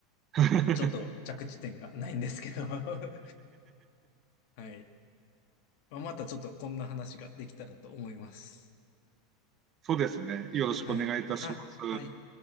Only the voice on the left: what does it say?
ちょっと着地点がないんですけど <laughs> はい。まあ、またちょっとこんな話ができたらと思います。
はい。あ、はい。